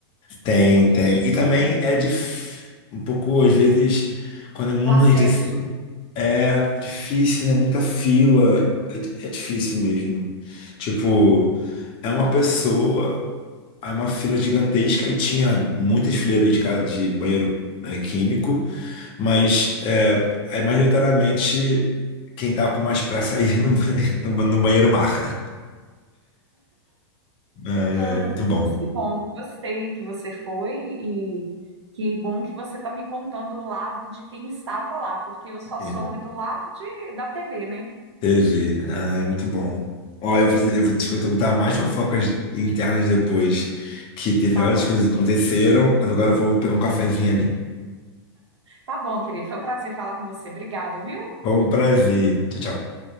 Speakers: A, on the left; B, on the right.
A: tem,
B: A mulher,
A: tem. E também é dif... um pouco, às vezes, quando é muito
B: o acesso.
A: leite assim, é difícil, né? Muita fila. É, di- é difícil mesmo. Tipo, é uma
B: Uhum.
A: pessoa, é uma fila gigantesca e tinha muitas fileiras de, ca- de banheiro é, químico, mas é, aí, majoritariamente quem tá com mais pressa aí no <laughs> banheiro, no banheiro marca. Ai,
B: Ai,
A: ai, muito bom.
B: mas que bom, gostei que você foi e que bom que você está me contando o lado de quem estava lá, porque eu só
A: É.
B: soube do lado de, da TV, né?
A: Teve. Ai, muito bom. Ó, eu vou, eu vou te perguntar mais fofocas internas depois, que teve
B: Tá
A: várias
B: bom.
A: coisas que aconteceram. Agora eu vou pegar um cafezinho ali.
B: Tá bom, querido. Foi um prazer falar com você. Obrigada, viu?
A: Foi um prazer. Tchau, tchau.